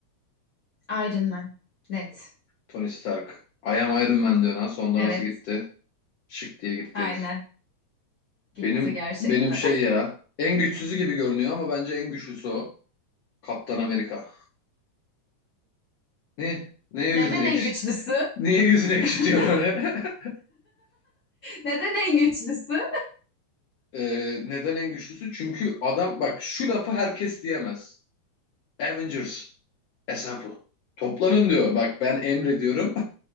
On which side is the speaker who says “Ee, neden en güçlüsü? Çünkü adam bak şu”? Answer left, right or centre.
Left